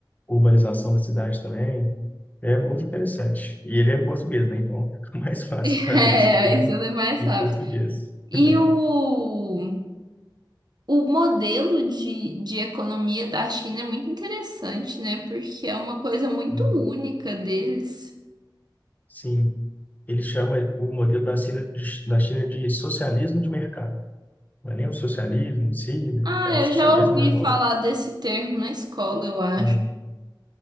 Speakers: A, on the left (about 20°); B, on the right (about 60°).
A: urbanização da cidade também. É muito interessante. E ele é em português, né? Então <laughs> fica mais fácil
B: É,
A: para ler esse tema
B: isso é mais
A: em
B: rápido.
A: português.
B: E
A: <laughs>
B: o, o modelo de, de economia da China é muito interessante, né? Porque é uma coisa muito
A: Ah,
B: única deles.
A: Sim, ele chama o modelo da China, da China de socialismo de mercado. Não é nem o socialismo em si, né?
B: Ah,
A: é o
B: eu
A: socialismo,
B: já ouvi
A: né?
B: falar
A: Óbvio.
B: desse termo na escola, eu acho.
A: Ah,